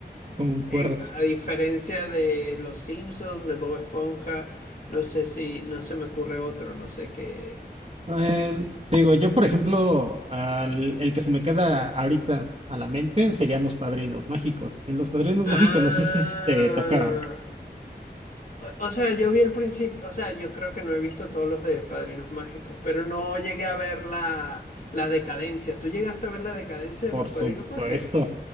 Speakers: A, on the right; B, on the left.
A: concuerdo.
B: En, a diferencia de Los Simpsons, de Bob Esponja, no sé si, no se me ocurre otro, no sé qué.
A: Eh, te digo, yo por ejemplo, al- el que se me queda ahorita a la mente serían Los Padrinos Mágicos. En Los Padrinos
B: Ah,
A: Mágicos no sé si te tocaron.
B: o o sea, yo vi el principio, o sea, yo creo que no he visto todos los de Padrinos Mágicos, pero no llegué a ver la, la decadencia. ¿Tú llegaste a ver la decadencia
A: Por
B: de los
A: supuesto.
B: Padrinos Mágicos?